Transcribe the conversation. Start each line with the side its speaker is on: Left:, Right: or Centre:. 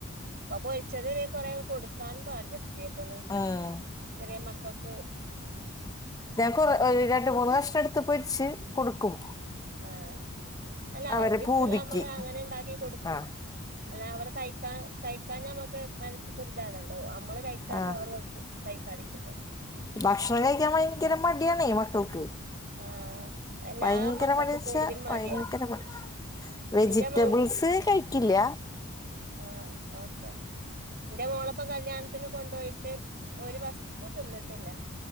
Right: അഹ് പൊരിച്ചത് കൊറെ കൊടുക്കാനും പാടില്ല ഇതേപോലെ
Left: ഉം
Right: ചെറിയ മക്കൾക്ക്.
Left: ഞാൻ കൊറെ രണ്ട് മൂന്ന് കഷ്ണം ഇട്ത്ത് പൊരിച്ച് കൊടുക്കും.
Right: ആഹ് അല്ല
Left: അവരെ
Right: അവർക്ക് ഇഷ്ടല്ല
Left: പൂതിക്ക്
Right: നമ്മള് അങ്ങനെ ഇണ്ടാക്കി കൊടുക്കും.
Left: ആഹ്
Right: അല്ല അവർ കഴിക്കാ കഴിക്കാഞാ നമ്മക്ക് മന ഇപ്പൊര് താണല്ലോ അമ്മള് കഴിച്ചാട്ട
Left: ആഹ്
Right: അവർ കഴിക്കാതിക്കുമ്പം.
Left: ഭക്ഷണം കഴിക്കാൻ ഭയങ്കര മടിയാണേ മക്കൾക്ക്.
Right: ആഹ് എല്ലാ
Left: ഭയങ്കര
Right: മക്കൾക്കും
Left: മടിയന്ന് വച്ച
Right: പൊതുവിൽ മടിയാ
Left: ഭയങ്കര മടി. വെജിറ്റബിൾസ്
Right: എന്റെ മോ
Left: കഴിക്കില്ല.
Right: ആഹ് ഓക്കെ എന്റെ മോളൊപ്പെ കല്യാൺ. ത്തിന് കൊണ്ടോയിട്ട് ഒരു വസ്തു തിന്ന്ട്ടില്ല.